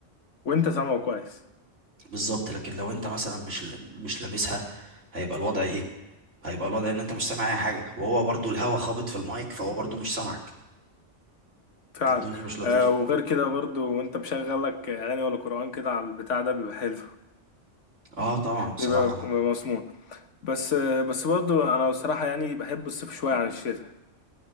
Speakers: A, on the left; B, on the right.
A: وانت سامعه كويس
B: بالظبط لكن لو انت مثلا مش مش لابسها هيبقى الوضع ايه هيبقى الوضع ان انت مش سامع اي حاجة وهو برضو الهوا خابط في المايك فهو برضو مش سامعك
A: فعلا
B: فالدنيا مش لطيفة
A: آه وغير كده برضو وانت مشغل لك اغاني ولا قرآن كده على البتاع ده بيبقى حلو
B: اه طبعا بصراحة
A: بيبقى بيبقى
B: انا
A: مسموع بس آه بس برضو انا بصراحة يعني بحب الصيف شوية عن الشتاء